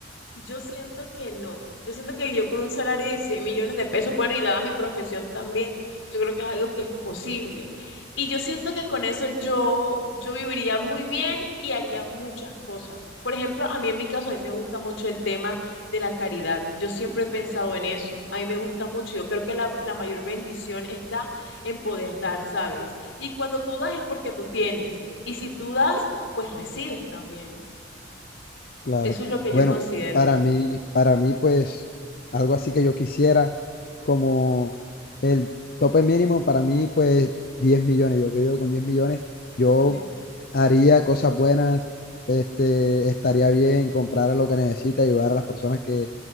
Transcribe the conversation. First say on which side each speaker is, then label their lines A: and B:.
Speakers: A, on the left; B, on the left.
A: Yo siento que no. Yo siento que yo con un salario de 16 millones de pesos, bueno, y dada mi profesión también, yo creo que es algo que es posible. Y yo siento que con eso yo, yo viviría muy bien y haría muchas cosas. Por ejemplo, a mí en mi caso, a mí me gusta mucho el tema de la caridad. Yo siempre he pensado en eso. A mí me gusta mucho. Yo creo que la, la mayor bendición está en poder dar, ¿sabes? Y cuando tú das es porque tú tienes. Y si tú das, pues recibes también.
B: claro.
A: Eso es lo que
B: Bueno,
A: yo considero.
B: para mí, para mí, pues, algo así que yo quisiera, como el tope mínimo para mí, pues, 10 millones. Yo creo que con 10 millones yo
A: Juan Dios
B: haría cosas buenas, este, estaría bien, comprar lo que necesita, ayudar a las personas que,